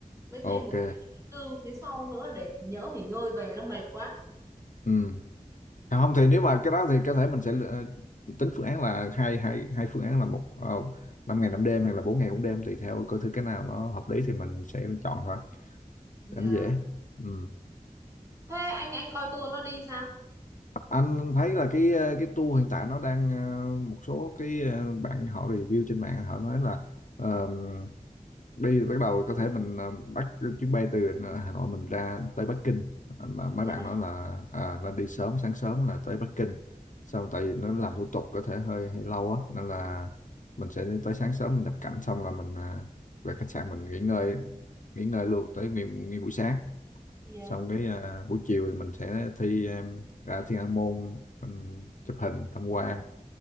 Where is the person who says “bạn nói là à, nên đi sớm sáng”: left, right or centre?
Left